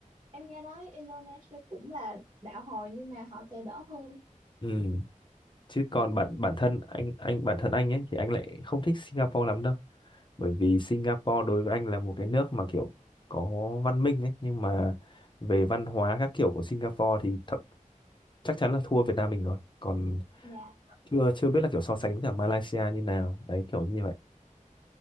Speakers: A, on the right (about 35°); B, on the left (about 35°).
A: Em nghe nói Indonesia cũng là đạo hồi nhưng mà họ sẽ đỡ hơn.
B: ừ. chứ còn
A: Dạ,
B: bản bản thân anh anh bản thân anh ấy thì anh lại không thích Singapore lắm đâu bởi vì Singapore đối với anh là một cái nước mà kiểu có văn minh ấy nhưng mà về văn hóa các kiểu của Singapore thì thậm, chắc chắn là thua Việt Nam mình rồi còn
A: dạ,
B: chưa chưa biết là kiểu so sánh với cả Malaysia như nào đấy kiểu như vậy